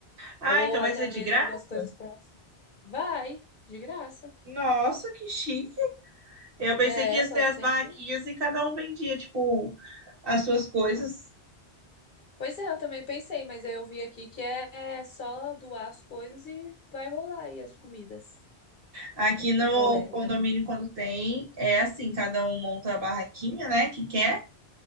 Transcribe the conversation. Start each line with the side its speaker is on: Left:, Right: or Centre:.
Right: Ah,
Left: ou
Right: então
Left: até
Right: vai ser
Left: mesmo
Right: de graça?
Left: algumas coisas prontas. Vai, de graça.
Right: Nossa, que chique. Eu pensei
Left: É,
Right: que ia
Left: só
Right: ser as
Left: tem
Right: barraquinhas
Left: que
Right: e cada um vendia, tipo, as suas coisas.
Left: Pois é, eu também pensei, mas aí eu vi aqui que é é só doar as coisas e vai rolar aí as comidas
Right: Aqui no
Left: pra galera.
Right: condomínio, quando tem, é assim, cada um monta a barraquinha, né, que quer,